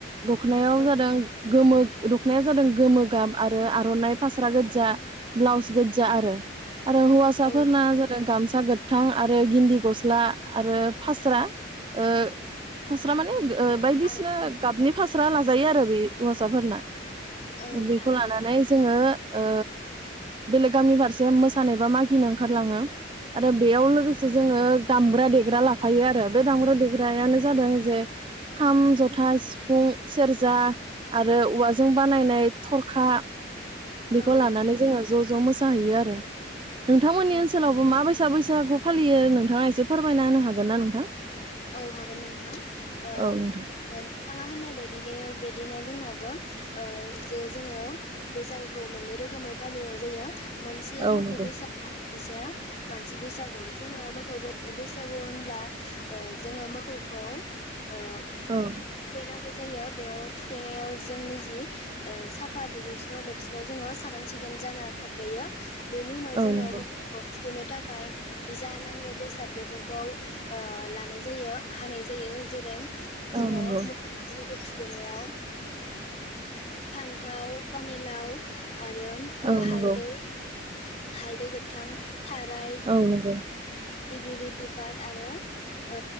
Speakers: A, on the right; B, on the left.
A: दख'नायाव
B: औ
A: जादों गोमो दखनाया जादों गोमो गाब आरो आर'नाइ फास्रा गोजा ब्लाउस गोजा आरो आरो हौवासाफोरना
B: औ
A: जादों गामसा गो गोथां आरो गिन्दि गस्ला आरो फास्रा ओ फास स्रा माने गो ओ बायदिसिना
B: आर'नाइ
A: गाबनि
B: औ
A: फास्रा ला जायो आरो बि हौवासाफोरना
B: औ नोंथां
A: बेखौ लानानै जोङो ओ बेलेग गामि फारसे मोसानाय बा मागिनो ओंखारलाङो आरो बेयाव लोगो जोङो दामग्रा दे देग्रा लाफायो आरो बे दामब्रु देग्रायानो जादों जे खाम जथा सिफुं सेरजा आरो औवाजों बानायनाय थर खा बेखौ
B: औ
A: लानानै
B: नोंथां
A: जोङो ज' ज' मोसाहैयो आरो नोंथांमोननि
B: औ
A: ओनसोलावबो माबाय सा बैसागु फालियो नोंथाङा एसे फोरमायना होनो हागोन ना नोंथां?
B: औ हागोन नोंथां ओ
A: औ नोंथां
B: ओ नों थाङा होननाय बायदिनो बिदिनो जोंनाबो ओ जे जोङो बैसागुखौ मोननै रोखोमै फालिनाय जायो मोनसेय
A: औ
B: मोखौ‌
A: नंगौ
B: बैसागु आरो मोनसेया मानसि बैसागु जोङो मोखौ बैसागु होनब्ला ओ जोङो मोखौखौ ओ
A: औ
B: थुखैनांगौ जायो बेयाव थुखैनायाव जोंनि जि साफा दुगैस्र' लोबस्र' जोङो साखोन सिखोन जाना थाग्रोयो बेनि उनाव जोङो
A: नंगौ
B: मोखौखौ दुख खैनो थाखाय जा नांगौ बेसाद बेफोरखौ ओ लानाय जायो हानाय जायो जेरै जोङो
A: औ नंगौ
B: <unintelligible> खैनायाव फान्थाव, पानिलाव आरो
A: औ
B: हालदै
A: नंगौ
B: हालदै गोथां थाराय
A: औ नंगौ
B: दिगुलिथि बान आरो ओ